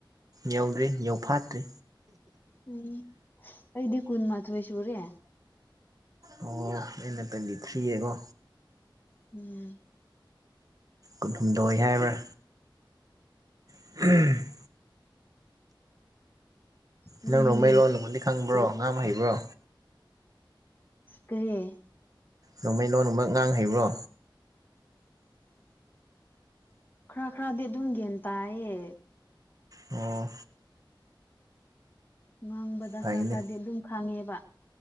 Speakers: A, on the right; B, on the left.
A: ꯌꯧꯗ꯭ꯔꯤ ꯌꯧꯐꯥꯠꯇ꯭ꯔꯤ
B: ꯎꯝ ꯑꯩꯗꯤ ꯀꯨꯟ ꯃꯥꯊꯣꯏ ꯁꯨꯔꯦ
A: ꯑꯣ ꯑꯩꯅ ꯇꯣꯏꯟꯇꯤ ꯊ꯭ꯔꯤ ꯌꯦꯉꯣ
B: ꯎꯝ
A: ꯀꯨꯟꯍꯨꯝꯗꯣꯏ ꯍꯥꯏꯕ꯭ꯔꯥ <inaudible>
B: ꯅꯣꯏꯗꯤ
A: ꯅꯪ ꯔꯣꯡꯃꯩ ꯂꯣꯟꯕꯨꯗꯤ ꯈꯪꯕ꯭ꯔꯣ ꯉꯥꯥꯡ ꯍꯩꯕ꯭ꯔꯣ
B: ꯀꯩꯌꯦ
A: ꯔꯣꯡꯃꯩ ꯂꯣꯟꯒꯨꯝꯕ ꯉꯥꯡ ꯍꯩꯕ꯭ꯔꯣ
B: ꯈꯔ ꯈꯔꯗꯤ ꯑꯗꯨꯝ ꯒ꯭ꯌꯥꯟ ꯇꯥꯏꯌꯦ
A: ꯑꯣ
B: ꯉꯥꯡꯕꯗ
A: ꯐꯩꯅꯦ
B: ꯈꯔ ꯈꯔꯗꯤ ꯑꯗꯨꯝ ꯈꯪꯉꯦꯕ